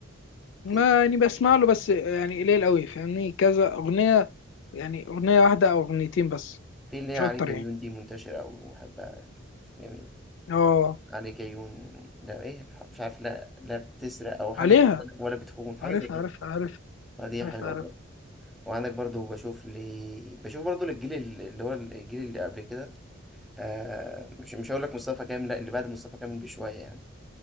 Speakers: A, in the centre; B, on the left.
A: اكيد
B: ما يعني بسمع له بس يعني قليل قوي فاهمني كذا اغنيه يعني اغنيه واحده او اغنيتين بس
A: في اللي هي
B: مش
A: عليك
B: اكتر
A: يا
B: يعني
A: عيون دي منتشره قوي وبحبها يعني جميله
B: اه
A: عليك عيون لا ايه مش عارف مش عارف، لا لا بتسرق او حاجه
B: عليها
A: زي كده ولا بتخون حاجه
B: عارف
A: زي كده
B: عارف عارف
A: فدي
B: عارف
A: حلوه
B: عارف
A: برضه وعندك برضه بشوف لي بشوف برضه للجيل ال- اللي هو الجيل اللي قبل كده آه مش مش هقول لك مصطفى كامل لا اللي بعد مصطفى كامل بشويه يعني